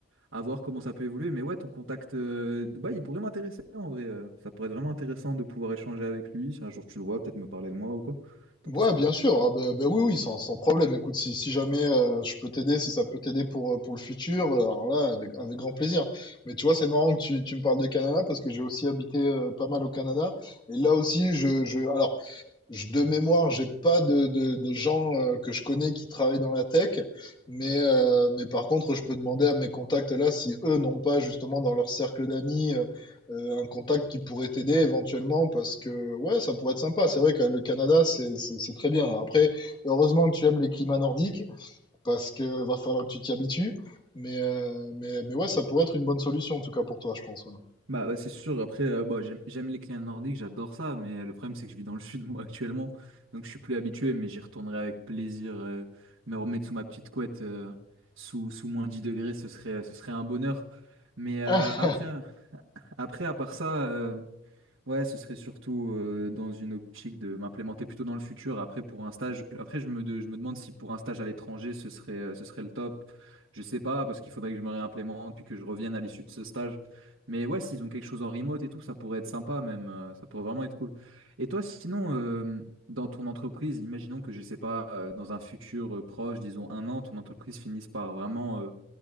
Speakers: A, on the right; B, on the left.
A: à voir comment ça peut évoluer. Mais ouais, ton contact euh, Dubaï, il pourrait m'intéresser en vrai. euh. Ça pourrait être vraiment intéressant de pouvoir échanger avec lui. Si un jour tu le vois, peut-être me parler de moi ou quoi. T'en penses
B: Ouais,
A: quoi?
B: bien sûr. Ah, ben, ben oui, oui, sans, sans problème. Écoute, si, si jamais euh, je peux t'aider, si ça peut t'aider pour, euh, pour le futur, euh, alors là, avec, avec grand plaisir. Mais tu vois, c'est marrant que tu, tu me parles de Canada parce que j'ai aussi habité euh, pas mal au Canada. Et là aussi, je, je, alors, je- De mémoire, j'ai pas de, de, de gens euh, que je connais qui travaillent dans la tech, mais, euh, mais par contre, je peux demander à mes contacts là si eux n'ont pas justement dans leur cercle d'amis euh, euh, un contact qui pourrait t'aider éventuellement parce que ouais, ça pourrait être sympa. C'est vrai que le Canada, c'est, c'est, c'est très bien. Après, heureusement que tu aimes les climats nordiques parce que va falloir que tu t'y habitues. Mais, euh, mais, mais ouais, ça pourrait être une bonne solution en tout cas pour toi, je pense. ouais.
A: Bah, ouais, c'est sûr, après, euh, bah, j'aime, j'aime les clients nordiques, j'adore ça, mais euh, le problème c'est que je vis dans le sud <laughs> moi actuellement, donc je suis plus habitué, mais j'y retournerai avec plaisir, euh, me remettre sous ma petite couette, euh, sous, sous moins 10 degrés, ce serait, ce serait un bonheur. Mais euh,
B: Ah,
A: après, après, à part ça, euh, Ouais, ce serait surtout euh, dans une optique de m'implémenter plutôt dans le futur. Après, pour un stage, après je me, de- je me demande si pour un stage à l'étranger, ce serait, euh, ce serait le top. Je sais pas, parce qu'il faudrait que je me réimplémente puis que je revienne à l'issue de ce stage. Mais ouais, s'ils ont quelque chose en remote et tout, ça pourrait être sympa même. euh, ça pourrait vraiment être cool. Et toi, sinon, euh, dans ton entreprise, imaginons que, je sais pas, euh, dans un futur euh, proche, disons un an, ton entreprise finisse par vraiment euh,